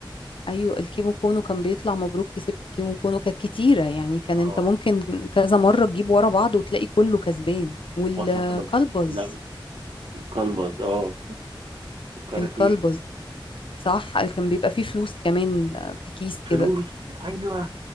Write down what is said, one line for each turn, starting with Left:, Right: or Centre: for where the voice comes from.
Left: ايوه الكيمو كونو كان بيطلع مبروك كسبت كيمو كونو كانت كتيره يعني كان
Right: اه
Left: انت ممكن كذا مره تجيب ورا بعض وتلاقي كله كسبان والكلبز
Right: واحنا كنا لا كلبز اه كاراتيه
Left: الكلبز صح كان بيبقى فيه فلوس كمان في كيس كده
Right: فلوس ايوه